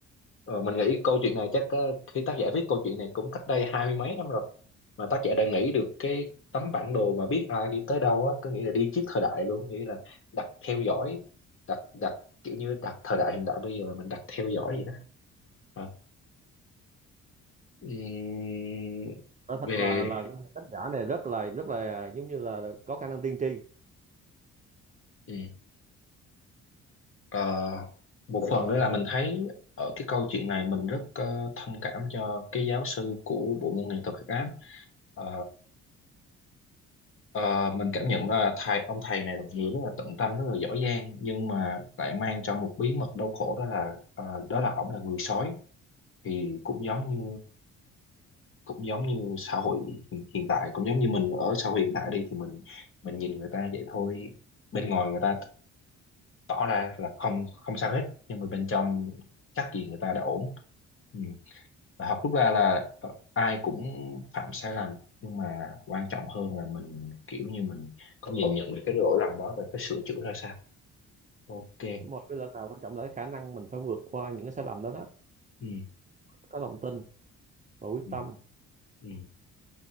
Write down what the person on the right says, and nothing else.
nói thật
là là cái tác giả này rất là rất là giống như là có khả năng tiên tri
đúng rồi với lại là quan trọng là cái khả năng mình phải vượt qua những cái sai lầm đó đó
có lòng tin và quyết
tâm